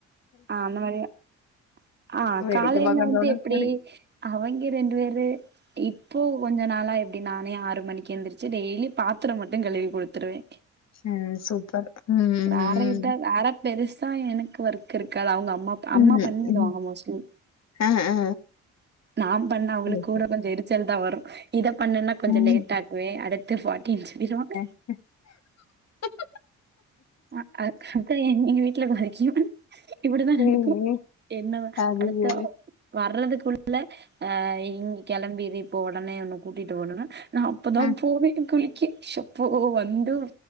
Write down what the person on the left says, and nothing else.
வேடிக்க
பாக்கறதோட
சரி
அஹ் சூப்பர் உம் உம்
உ
ம் ம்
ம்
ஆ ஆ
சரி
சரி
ம்
ஹ
ஏ,
ஏ,
அது
சரி
ஆ